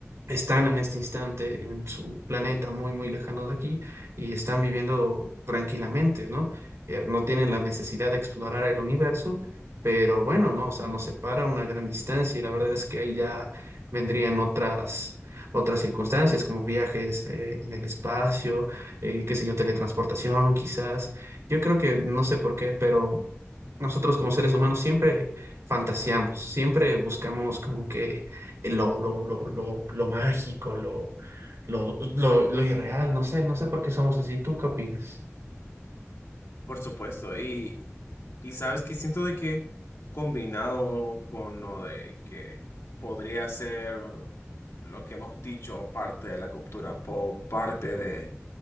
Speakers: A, on the right (about 75°); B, on the left (about 75°).
A: están en este instante en su planeta muy, muy lejano de aquí y están viviendo tranquilamente, ¿no? eh, no tienen la necesidad de explorar el universo, pero bueno, no, o sea, nos separa una gran distancia y la verdad es que ahí ya vendrían otras, otras circunstancias como viajes eh, en el espacio, eh, qué sé yo, teletransportación quizás. Yo creo que no sé por qué, pero nosotros como seres humanos siempre fantaseamos, siempre buscamos como que lo, lo, lo, lo, lo mágico, lo, lo, lo, lo irreal, no sé, no sé por qué somos así. ¿Tú qué opinas?
B: Por supuesto. Y, y sabes que siento de que combinado con lo de que podría ser lo que hemos dicho, parte de la cultura pop, parte de